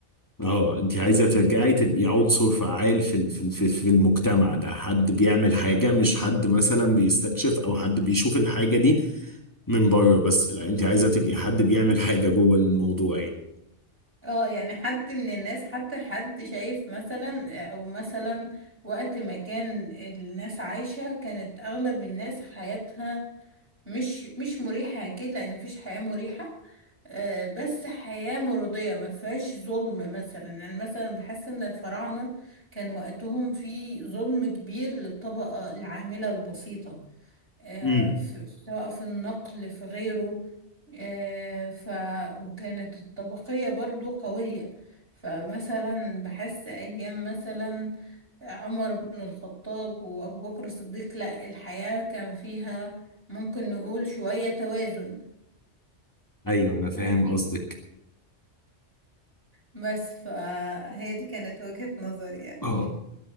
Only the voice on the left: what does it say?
اه انت عايزة ترجعي تبقي عنصر فعال في ال- في ال- في في المجتمع ده حد بيعمل حاجة مش حد مثلا بيستكشف او حد بيشوف الحاجة دي من بره بس لا انت عايزة تبقي حد بيعمل حاجة جوه الموضوع يعني
امم
ايوه انا فاهم
قصدك
اه